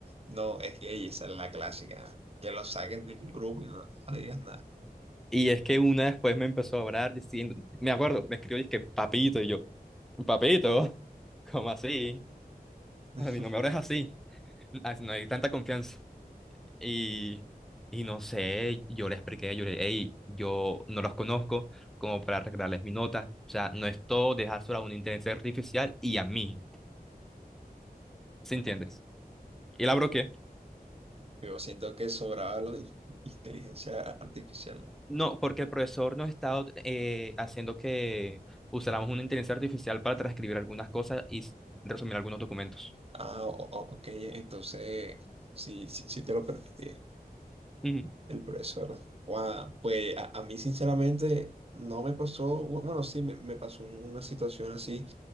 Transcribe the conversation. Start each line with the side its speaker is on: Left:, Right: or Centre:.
Right: no, es que ey, esa es la clásica, que los saquen del grupo y no, no le digas nada?
Centre: Y es que una después me empezó a hablar diciendo, me acuerdo, me escribió, es que papito, y yo, papito, ¿cómo así?
Right: <laughs>
Centre: A mí no me hables así. ah, no hay tanta confianza. Y, y no sé, yo le expliqué, yo le hey, yo no los conozco como para arreglarles mi nota. O sea, no es todo dejárselo a una inteligencia artificial y a mí, ¿sí
Right: Ok.
Centre: entiendes? Y la bloqueé.
Right: Yo siento que sobraba la in- inteligencia artificial.
Centre: No, porque el profesor nos estaba eh, haciendo que usáramos una inteligencia artificial para transcribir algunas cosas y s- resumir algunos documentos.
Right: Ah, o- o- ok, entonces, sí, sí, sí te lo permití.
Centre: Ujú.
Right: El profesor. Guau, Pues a, a mí sinceramente no me pasó, bu- bueno, sí, me, me pasó un- una situación así.